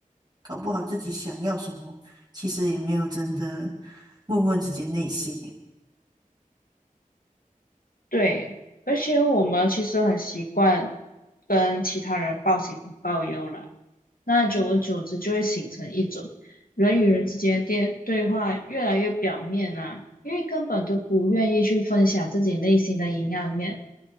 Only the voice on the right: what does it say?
搞不好自己想要什么，其实也没有真的问问自己的内心。诶，